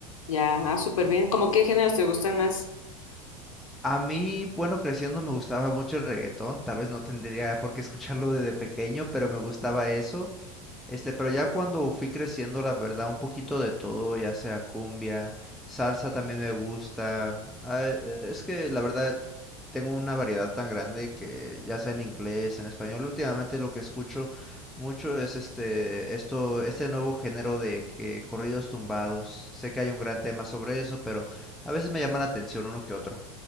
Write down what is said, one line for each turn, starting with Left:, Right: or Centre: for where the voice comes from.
Left: Ya, ah, súper bien. ¿Cómo qué géneros te gustan más?
Centre: A mí, bueno, creciendo me gustaba mucho el reggaetón, tal vez no tendría por qué escucharlo desde pequeño, pero me gustaba eso. Este, pero ya cuando fui creciendo, la verdad, un poquito de todo, ya sea cumbia, salsa también me gusta. Ah, eh, es que la verdad tengo una variedad tan grande que ya sea en inglés, en español, últimamente lo que escucho mucho es este, esto, este nuevo género de que corridos tumbados. Sé que hay un gran tema sobre eso, pero a veces me llama la atención uno que otro.